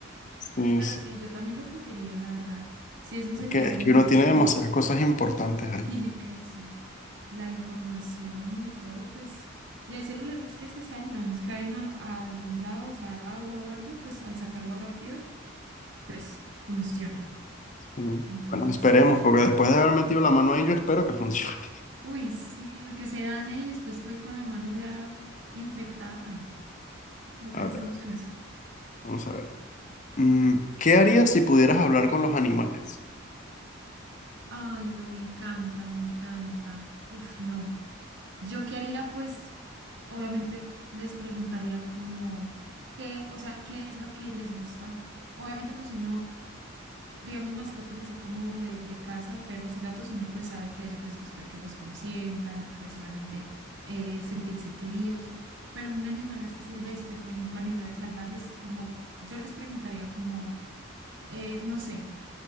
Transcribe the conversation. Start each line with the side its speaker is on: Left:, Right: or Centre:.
Left: sí,
Right: Pero
Left: sí.
Right: sí, yo también lo cogería, la verdad. Si es un
Left: Es
Right: celular
Left: que, es
Right: muy
Left: que uno
Right: costoso.
Left: tiene demasiadas cosas importantes ahí.
Right: Y eso, la información y de todo, pues, y hay celulares que se salvan, caen a, a algún lado, o sea, agua o algo, pues al sacarlo rápido, pues funciona.
Left: Sí.
Right: Entonces,
Left: Bueno, esperemos,
Right: sí.
Left: porque después de haber metido la mano ahí, yo espero que funcione. <laughs>
Right: Uy, sí, porque se daña y después estoy con la mano ya infectada. Ay, no no
Left: A
Right: pensemos
Left: ver,
Right: en eso.
Left: vamos a ver. Mm, ¿qué harías si pudieras hablar con los animales?
Right: Ay, no, me encanta, me encanta. Uf, no. Yo qué haría, pues, obviamente les preguntaría como, ¿qué, o sea, qué es lo que les gusta? Obviamente, pues uno digamos, mascotas así como de, de casa, perros y gatos, uno pues sabe que a ellos les gusta que los consientan, pues obviamente eh, sentirse queridos, pero un animal así silvestre, por ejemplo, animales salvajes, como yo les preguntaría como, eh, no sé,